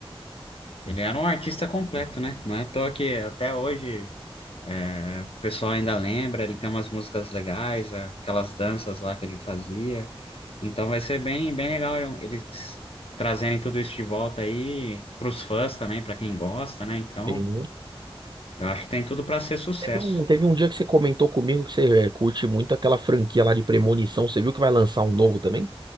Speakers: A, on the left; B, on the right.
A: ele era um artista completo, né? Não é à toa que até hoje. É, o pessoal ainda lembra, ele tem umas músicas legais, é, aquelas danças lá que ele fazia. Então vai ser bem, bem legal eles trazerem tudo isso de volta aí para os fãs também, para quem gosta, né? Então,
B: Sim.
A: eu acho que tem tudo para ser sucesso.
B: Teve um, teve um dia que você comentou comigo que você eh, curte muito aquela franquia lá de Premonição. Você viu que vai lançar um novo também?